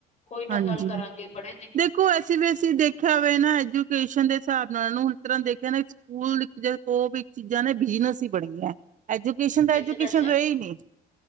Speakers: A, on the left; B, on the right.
A: ਕੋਈ ਨਾ
B: ਹਾਂਜੀ
A: ਗੱਲ ਕਰਾਂਗੇ ਪੜ੍ਹਾਈ।
B: ਦੇਖੋ ਅਸੀ ਵੀ ਅਸੀਂ ਦੇਖਿਆ ਹੋਇਆ ਨਾ ਐਜੂਕੇਸ਼ਨ ਦੇ ਹਿਸਾਬ ਨਾਲ ਨੂੰ ਇਸ ਤਰ੍ਹਾਂ ਦੇਖ। ਦੇਖਦੇ ਨੇ ਸਕੂਲ ਜਦੋਂ ਦੋ ਵੀ ਚੀਜ਼ਾਂ ਨੇ ਬਿਜਨਸ। ਬੜੀਆਂ ਐਜੂਕੇਸ਼ਨ ਤਾਂ
A: ਬਿਜਨਸ
B: ਐਜੂਕੇਸ਼ਨ
A: ਹੈ।
B: ਰਹੀ ਨਹੀਂ।